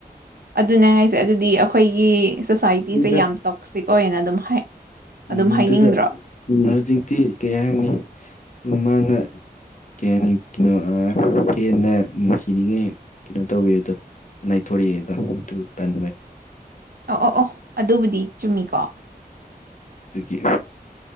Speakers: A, on the right; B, on the left.
A: ꯑꯗꯨꯅꯦ ꯍꯥꯏꯁꯦ ꯑꯗꯨꯗꯤ ꯑꯩꯈꯣꯏꯒꯤ ꯁꯣꯁꯥꯏꯇꯤꯁꯦ
B: ꯑꯗꯨꯅ
A: ꯌꯥꯝ ꯇꯣꯛꯁꯤꯛ ꯑꯣꯏꯌꯦꯅ ꯑꯗꯨꯝ ꯍꯥꯏ
B: ꯎꯝ
A: ꯑꯗꯨꯝ ꯍꯥꯏꯅꯤꯡꯗ꯭ꯔꯣ
B: ꯑꯗꯨꯗ ꯍꯧꯖꯤꯛꯇꯤ ꯀꯩ ꯍꯥꯏꯅꯤ ꯃꯥꯅ ꯀꯩ ꯍꯥꯏꯅꯤ ꯀꯩꯅꯣ ꯍꯦꯟꯅ ꯅꯨꯡꯁꯤꯔꯤꯉꯩ ꯀꯩꯅꯣ ꯇꯧꯕꯤꯦꯗꯣ ꯂꯩꯊꯣꯔꯤꯑꯗ ꯇꯟ
A: ꯑꯣ ꯑꯣ ꯑꯣ ꯑꯗꯨꯕꯨꯗꯤ ꯆꯨꯝꯃꯤꯀꯣ
B: ꯇꯒꯤ